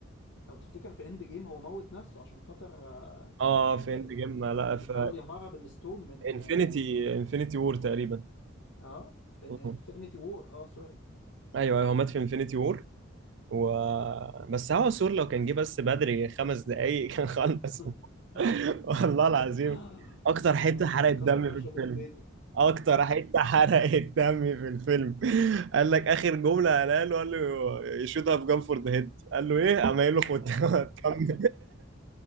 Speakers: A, on the left (about 85°); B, on the right (about 60°).
A: لو تفتكر في اند جيم هو موت نفسه عشان خاطر آه،
B: اه في
A: آه،
B: اند جيم لا في
A: بيحاول يهرب الستون من
B: انفينيتي
A: اه
B: انفينيتي وور تقريبا
A: آه، في انفينيتي
B: مم.
A: وور اه سوري
B: ايوه ايوه هو مات في انفينيتي وور و بس هو سور لو كان جه بس بدري خمس دقايق كان خلص
A: <laughs>
B: <laughs> والله العظيم
A: آه،
B: اكتر حته حرقت دم
A: كان طرشم
B: في الفيلم
A: الدنيا
B: اكتر حته حرقت دم في الفيلم <laughs> قال لك اخر جمله قالها له قال له يشوتها في جام فور ذا هيد قال له ايه قام قايل له خد <laughs> كمل